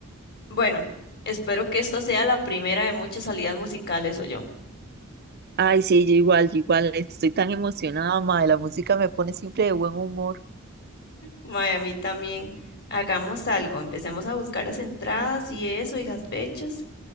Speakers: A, on the left; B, on the right.
A: bueno, espero que esta sea la primera de muchas salidas musicales, o yo.
B: Ay, sí, yo igual, yo igual. Estoy tan emocionada, madre. La música me pone siempre de buen humor.
A: Miami también. Hagamos algo, empecemos a buscar las entradas y eso y las fechas